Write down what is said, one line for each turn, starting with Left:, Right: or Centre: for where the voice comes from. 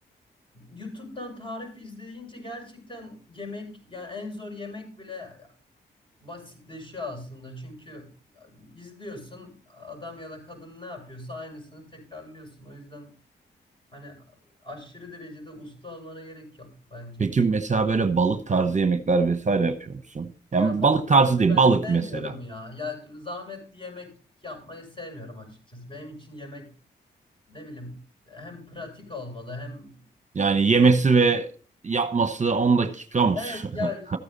Left: YouTube'dan tarif izleyince gerçekten yemek yani en zor yemek bile basitleşiyor aslında. Çünkü izliyorsun adam ya da kadın ne yapıyorsa aynısını tekrarlıyorsun. O yüzden hani aşırı derecede usta olmana gerek yok bence.
Right: Peki mesela böyle balık tarzı yemekler vesaire yapıyor musun? Yani
Left: Ya balık
Right: balık tarzı
Left: yapmayı
Right: değil,
Left: ben
Right: balık
Left: sevmiyorum
Right: mesela.
Left: ya. Ya zahmetli yemek yapmayı sevmiyorum açıkçası. Benim için yemek ne bileyim hem pratik olmalı hem
Right: Yani yemesi ve yapması 10 dakika mı?
Left: Evet
Right: sürüyor?
Left: ya